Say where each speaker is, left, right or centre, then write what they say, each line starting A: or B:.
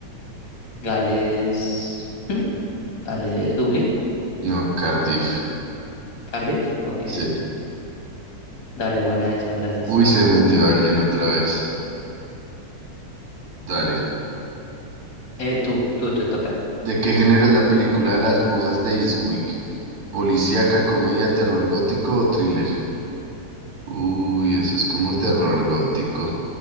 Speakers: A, on the left; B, on the right.
A: Gales. ¿Mm? ¿Gales, Dublín?
B: No, Cardiff.
A: ¿Cardiff? Ok.
B: Sí.
A: Dale, buena esa, gracias.
B: Uy, se metió alguien otra vez. Dale.
A: Eh, tú, tú te toca.
B: ¿De qué género es la película Las Brujas de Eastwick? ¿Policíaca, comedia, terror gótico o thriller? Uy, eso es como terror gótico.